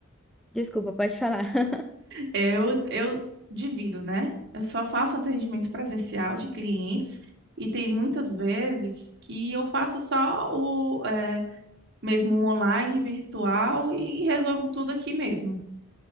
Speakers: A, in the centre; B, on the right.
A: Desculpa, pode falar. <laughs>
B: eu, eu divido, né? Eu só faço atendimento presencial de clientes e tem muitas vezes que eu faço só o eh, mesmo um online, virtual e resolvo tudo aqui mesmo,